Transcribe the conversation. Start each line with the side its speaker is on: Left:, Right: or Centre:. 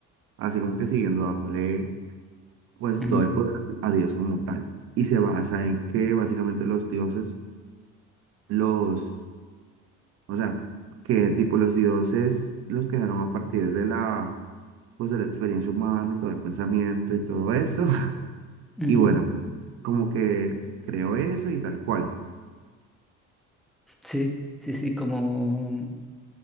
Right: así como que siguiendo dándole pues
Centre: ujú,
Right: todo el poder a Dios como tal. Y se basa en que básicamente los dioses, los, o sea, que tipo los dioses los crearon a partir de la, pues de la experiencia humana y todo el pensamiento y todo eso. <laughs>
Centre: ujú.
Right: Y bueno, como que creo eso y tal cual.
Centre: Sí, sí, sí, como